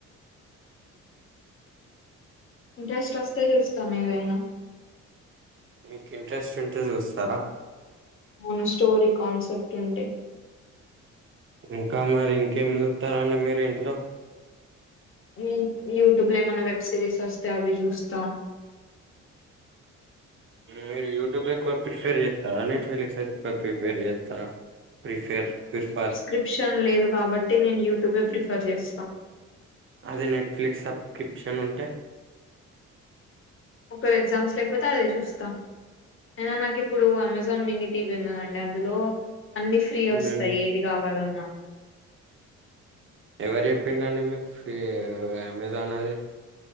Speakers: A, on the left (about 45°); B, on the right (about 40°).
A: ఇంట్రెస్ట్ వస్తే చూస్తాం ఏదైనా
B: మీకు ఇంట్రెస్ట్ ఉంటే చూస్తారా?
A: మన స్టోరీ కాన్సెప్ట్ ఉంటే
B: ఇంకా మరి ఇంకేం చూత్తారండి మీరు ఇంట్లో?
A: మి యూట్యూబ్ లో ఏమనా వెబ్ సిరీస్ వస్తే అవి చూస్తా
B: మీరు యూట్యూబ్ ఎక్కువ ప్రిపేర్ చేస్తారా, నెట్ఫ్లిక్స్ ఎక్ ప్రిపేర్ చేస్తారా? ఫ్ఫ్రిపేర్ ప్ర్రిఫర్
A: క్రిప్షన్ లేదు కాబట్టి నేను యూట్యూబ్ ప్రిఫర్ చేస్తా
B: అదే నెట్ఫ్లిక్స్ సబ్ క్రిప్షన్ ఉంటే?
A: ఒక ఎగ్జమ్స్ లేకపోతే అదే చూస్తాం అయినా నాకు ఇప్పుడు అమెజాన్ మినీ టీవీ ఉన్నాండి అందులో అన్ని ఫ్రీ వస్తాయి
B: మ్మ్.
A: ఏది కావాలన్నా
B: ఎవరు చెప్పిండ అండి మీకు ఫ్రీ అమెజాన్ అది?